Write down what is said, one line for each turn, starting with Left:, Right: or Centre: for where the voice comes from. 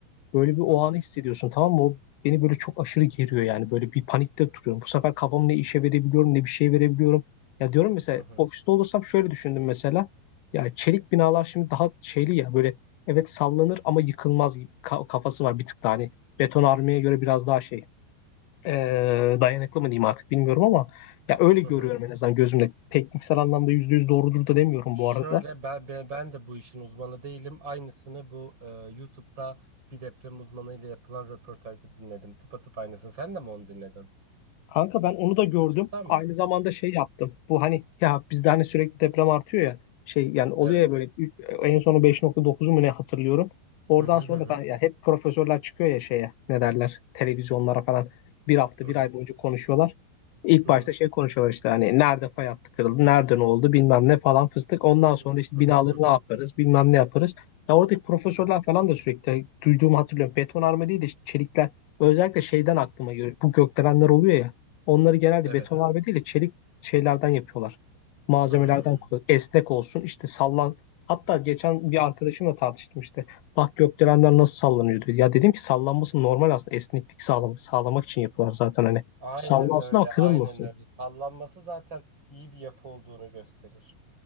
Left: Böyle bir o
Right: hı hı,
Left: anı hissediyorsun tamam mı? O beni böyle çok aşırı geriyor yani. Böyle bir panikte duruyorum. Bu sefer kafamı ne işe verebiliyorum ne bir şey verebiliyorum. Ya diyorum mesela
Right: hı
Left: ofiste olursam şöyle düşündüm mesela. Ya çelik binalar şimdi daha şeyli ya böyle evet sallanır ama yıkılmaz gibi ka- kafası var bir tık daha hani beton armaya göre biraz daha şey e, dayanıklı mı diyeyim artık bilmiyorum ama ya öyle görüyorum
Right: hı, hı.
Left: en azından gözümde. Tekniksel anlamda %100 doğrudur da demiyorum
Right: Şöyle
Left: bu arada.
Right: ben, ben ben de bu işin uzmanı değilim. Aynısını bu e, YouTube'da bir deprem uzmanıyla yapılan röportajda dinledim. Tıpatıp aynısını. Sen de mi onu dinledin?
Left: Kanka ben onu da gördüm.
Right: YouTube'dan
Left: Aynı
Right: mı?
Left: zamanda şey yaptım. Bu hani ya bizde hani sürekli deprem artıyor ya. Şey yani oluyor
Right: Evet.
Left: ya böyle üç- en sonu 5.9'u mu ne hatırlıyorum. Oradan
Right: Hı hı
Left: sonra
Right: hı hı.
Left: da ben, ya hep profesörler çıkıyor ya şeye ne derler televizyonlara falan bir hafta
Right: Hı
Left: bir
Right: hı
Left: ay boyunca konuşuyorlar. İlk
Right: hı
Left: başta
Right: hı.
Left: şey konuşuyorlar işte hani nerede fay hattı kırıldı, nerede ne oldu bilmem ne falan fıstık. Ondan
Right: Hı hı
Left: sonra da işte
Right: hı
Left: binaları
Right: hı. Hı hı.
Left: ne yaparız bilmem ne yaparız. Ya oradaki profesörler
Right: hı hı.
Left: falan da sürekli duyduğumu hatırlıyorum. Betonarme değil de işte çelikler özellikle şeyden aklıma
Right: hı hı.
Left: geliyor. Bu gökdelenler oluyor ya. Onları genelde
Right: Evet.
Left: beton harbe değil de çelik şeylerden yapıyorlar. Malzemelerden
Right: Hı
Left: kullan. Esnek olsun işte sallan. Hatta geçen
Right: hı hı.
Left: bir arkadaşımla tartıştım işte. Bak gökdelenler nasıl sallanıyor diyor. Ya dedim ki sallanması normal aslında. Esneklik sağlam sağlamak için yapıyorlar zaten hani.
Right: Aynen
Left: Sallansın
Right: öyle,
Left: ama kırılmasın.
Right: aynen öyle. Sallanması zaten iyi bir yapı olduğunu gösterir.